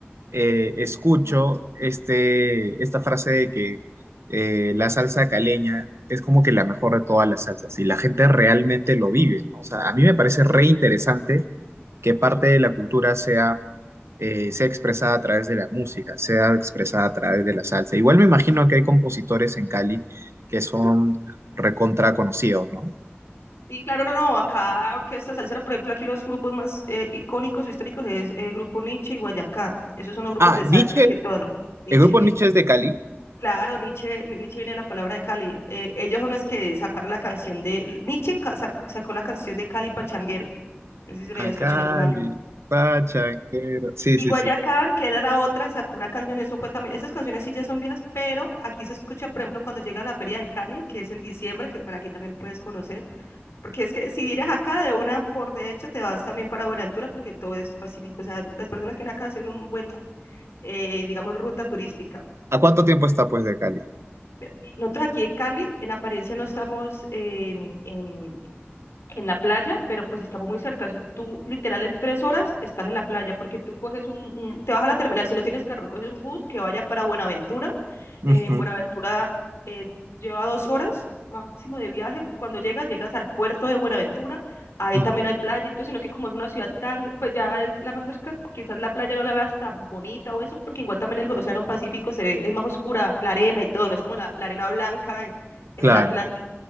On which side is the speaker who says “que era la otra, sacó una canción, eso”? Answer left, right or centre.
Left